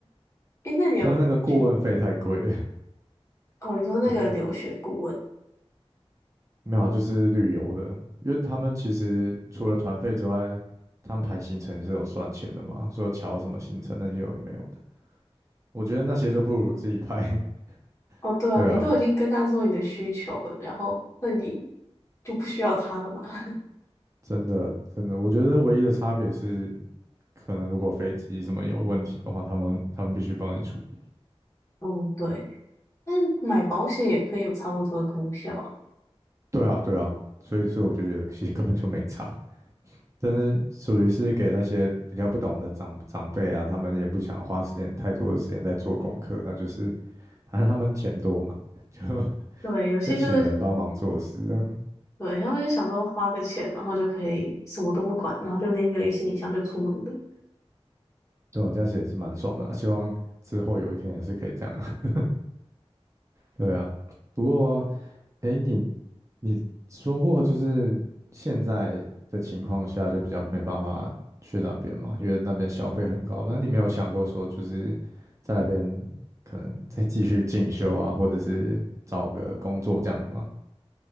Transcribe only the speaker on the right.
他们那个顾问费太贵了
<laughs>
对，没有啊，就是旅游的，因为他们其实除了团费之外，他们排行程是有算钱的嘛，说瞧什么行程那些有的没有的，我觉得那些就不如自己排。
<laughs>
对啊，
真的，真的，我觉得唯一的差别是，可能如果飞机什么有问题的话，他们他们必须帮你处理。
对啊，对啊，所以所以我就觉得其实根本就没差，但是属于是给那些比较不懂的长长辈啊，他们也不想花时间太多的时间在做功课，那就是反正他们钱多嘛，就 <laughs>
就请人帮忙做事，这样
对啊，这样子也是蛮爽的啊希望之后有一天也是可以这样。<laughs> 对啊，不过。哎，你你说过，就是现在的情况下就比较没办法去那边嘛，因为那边消费很高。那你没有想过说，就是在那边可能再继续进修啊，或者是找个工作这样子吗？